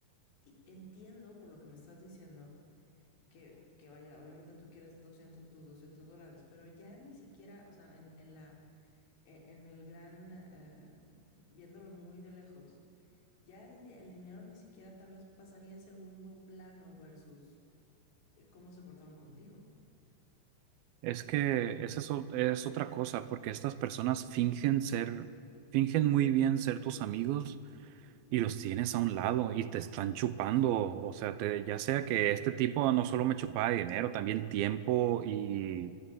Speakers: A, on the left; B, on the right.
A: i- entiendo por lo que me estás diciendo que, que vaya, obviamente tú quieres 200 tus 200 dólares, pero ya ni siquiera, o sea, en, en la, e- en el gran, eh, viéndolo muy de lejos, ya ni- el dinero ni siquiera tal vez pasaría a segundo plano versus eh, cómo se portaron contigo.
B: es que esa es, o- es otra cosa, porque estas personas fingen ser, fingen muy bien ser tus amigos y los tienes a un lado y te están chupando, o sea, te- ya sea que este tipo no solo me chupaba dinero, también tiempo y,